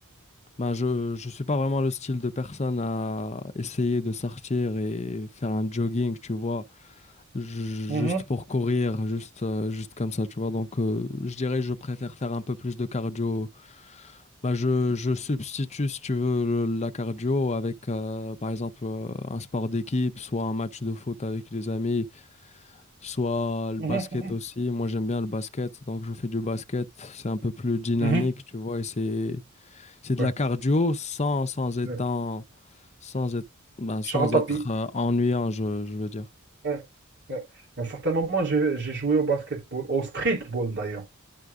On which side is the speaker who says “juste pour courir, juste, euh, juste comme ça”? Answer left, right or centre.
Left